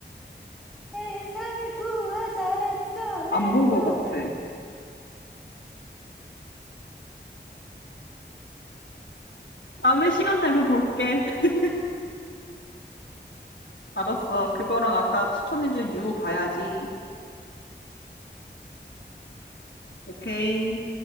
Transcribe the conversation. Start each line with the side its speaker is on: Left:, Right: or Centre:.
Centre: 세상을 구하자 let's go
Left: 안
Centre: let's
Left: 본 것
Centre: go
Left: 같아. 다음에 시간 되면 볼게. <laughs> 알았어. 그거랑 아까 추천해준 유 봐야지. 오케이.